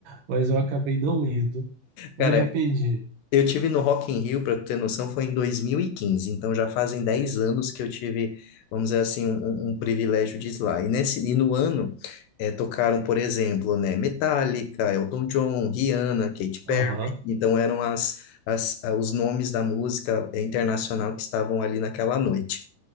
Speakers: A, on the right; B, on the left.
A: mas eu acabei não indo e
B: Cara,
A: me arrependi.
B: eu tive no Rock in Rio, para ter noção, foi em 2015, então já fazem 10 anos que eu tive, vamos dizer assim, um, um- um privilégio de ir lá. E nesse e no ano eh, tocaram, por exemplo, né, Metallica, Elton John, Rihanna, Katy Perry,
A: Aham,
B: então eram as, as, ah, os nomes da música eh, internacional que estavam ali naquela noite.